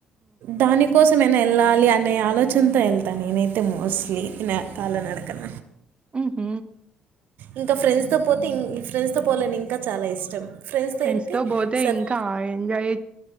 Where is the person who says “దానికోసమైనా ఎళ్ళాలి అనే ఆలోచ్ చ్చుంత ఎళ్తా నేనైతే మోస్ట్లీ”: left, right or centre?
Right